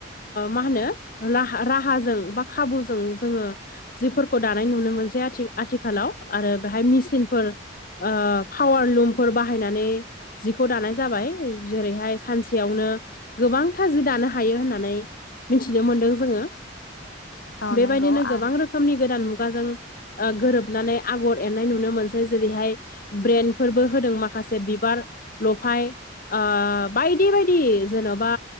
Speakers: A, on the left; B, on the left.
A: मा होनो राहाजों बा खाबुजों जोङो जिफोरखौ दानाय नुनो मोनसै आथिखालाव आरो बेहाय मेसिनफोर ओ पावार लुमफोर बाहायनानै जिखौ दानाय जाबाय जेरैहाय सानसेयावनो गोबां थाजि दानो हायो होननानै मिथिनो मोनदों जोङो।
B: औ
A: बेबायदिनो
B: नंगौ आं
A: गोबां रोखोमनि गोदान मुगाजों गोरोबनानै आगर एरनाय नुनो मोनसै जेरैहाय ब्रेन्डफोरबो होदों माखासे बिबार लफाय ओ बायदि बायदि जेन'बा